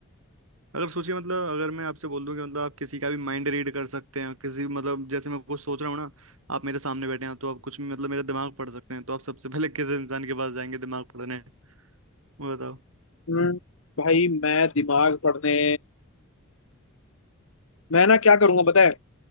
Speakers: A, on the right; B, on the left.
A: अगर सोचिए मतलब अगर मैं आपसे बोल दूं कि मतलब आप किसी का भी माइंड रीड कर सकते हैं किसी मतलब जैसे मैं कुछ सोच रहा हूँ ना आप मेरे सामने बैठे हैं तो आप कुछ भी मतलब मेरा दिमाग पढ़ सकते हैं तो आप सबसे <laughs> पहले किस इंसान के पास जाएंगे दिमाग पढ़ने वो बताओ
B: हम्म, भाई मैं दिमाग पढ़ने मैं ना क्या करूंगा पता है